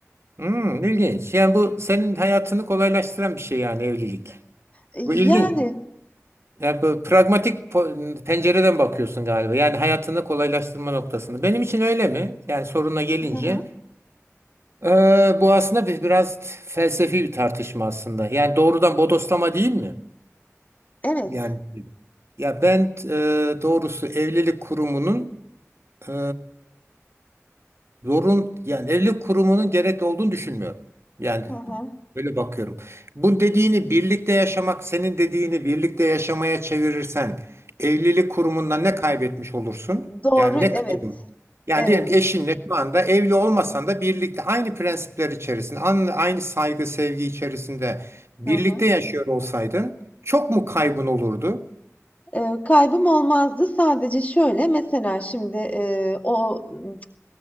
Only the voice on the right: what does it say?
Hmm, ilginç. Yani bu senin hayatını kolaylaştıran bir şey yani evlilik.
Bu ilginç.
Yani bu pragmatik po- pencereden bakıyorsun galiba. Yani hayatını kolaylaştırma noktasını. Benim için öyle mi? Yani soruna gelince.
Ee, bu aslında bir, biraz felsefi bir tartışma aslında. Yani doğrudan bodoslama değil mi?
Yani ya ben e, doğrusu evlilik kurumunun e, zorun yani evlilik kurumunun gerekli olduğunu düşünmüyorum. Yani
böyle bakıyorum. Bu dediğini birlikte yaşamak, senin dediğini birlikte yaşamaya çevirirsen evlilik kurumundan ne kaybetmiş olursun?
Yani ne
kaybın? Yani
diyelim ki eşinle şu anda evli olmasan da birlikte aynı prensipler içerisinde, an- aynı saygı, sevgi içerisinde birlikte
yaşıyor olsaydın çok mu kaybın olurdu?